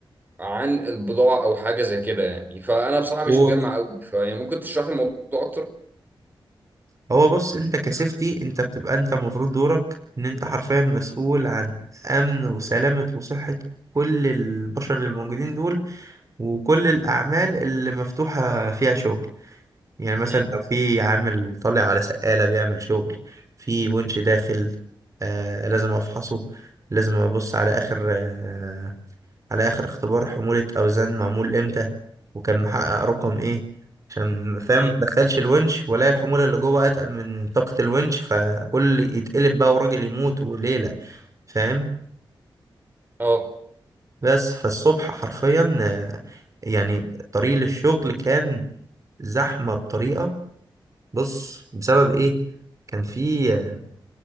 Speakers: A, on the right; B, on the right.
A: عن البضاعه او حاجه زي كده يعني فانا بصراحه مش
B: لسه
A: مجمع قوي فيعني ممكن تشرح لي الموضوع اكتر
B: هو بص انت كسيفتي انت بتبقى انت المفروض دورك ان انت حرفيا مسؤول عن امن وسلامة وصحة كل البشر اللي موجودين دول وكل الاعمال اللي مفتوحة فيها شغل يعني مثلا
A: امم
B: لو في عامل طالع على سقالة بيعمل شغل في ونش داخل آه لازم افحصه لازم ابص على اخر آه، على آخر اختبار حمولة أوزان معمول إمتى وكان محقق رقم إيه عشان فاهم
A: امم
B: ما دخلش الونش ولا الحمولة اللي جوه أتقل من طاقة الونش فكل يتقلب بقى والراجل يموت وليلة فاهم
A: اه
B: بس فالصبح حرفيا آه، يعني طريق للشغل كان زحمة بطريقة بص بسبب إيه كان في آه،